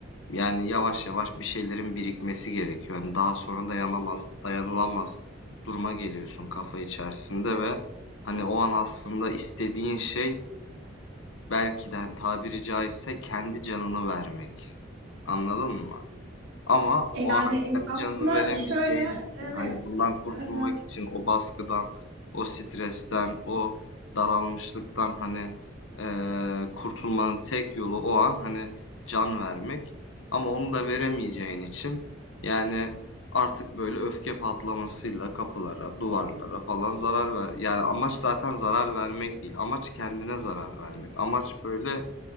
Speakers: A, on the left; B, on the right.
A: yani yavaş yavaş bir şeylerin birikmesi gerekiyor. Yani daha sonra dayanamaz, dayanılamaz duruma geliyorsun kafa içerisinde ve hani o an aslında istediğin şey belki de hani tabiri caizse kendi canını vermek. Anladın mı? Ama
B: E,
A: o
B: Yani
A: an
B: e,
A: kendi
B: aslında
A: canını veremeyeceğin
B: şöyle
A: için
B: evet
A: hani bundan kurtulmak
B: e,
A: için o baskıdan, o stresten, o daralmışlıktan hani eee, kurtulmanın tek yolu o an hani can vermek. Ama onu da veremeyeceğin için yani artık böyle öfke patlamasıyla kapılara, duvarlara falan zarar ver. Yani amaç zaten zarar vermek değil. Amaç kendine zarar vermek. Amaç böyle